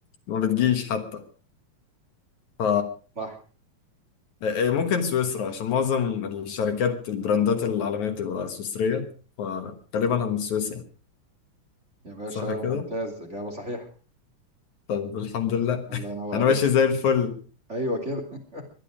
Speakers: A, on the left (about 65°); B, on the right (about 20°).
A: ما بتجيش حتى ف
B: صح
A: إيه، ممكن سويسرا عشان معظم الشركات البراندات العالمية بتبقى سويسرية فغالبا هن سويسرا
B: يا باشا
A: صح كده؟
B: ممتاز إجابة صحيحة.
A: طب الحمد لله
B: الله
A: <laughs>
B: ينور
A: أنا
B: عليك.
A: ماشي زي الفل
B: أيوه كده <laughs>